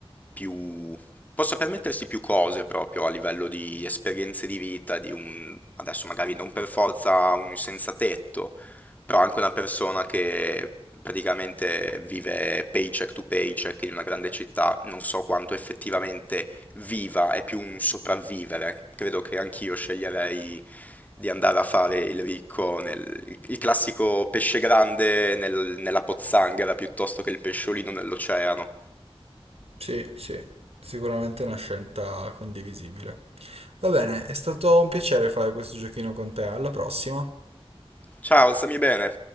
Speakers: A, on the left; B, on the right.
A: più... possa permettersi più cose proprio a livello di esperienze di vita, di un... adesso magari non per forza un senza tetto, però anche una persona che praticamente vive paycheck to paycheck in una grande città, non so quanto effettivamente viva, è più un sopravvivere. Credo che anch'io sceglierei di andare a fare il ricco, nel, il classico pesce grande nel- nella pozzanghera piuttosto che il pesciolino nell'oceano.
B: Sì, sì, sicuramente è una scelta condivisibile. Va bene, è stato un piacere fare questo giochino con te, alla prossima.
A: Ciao, stammi bene?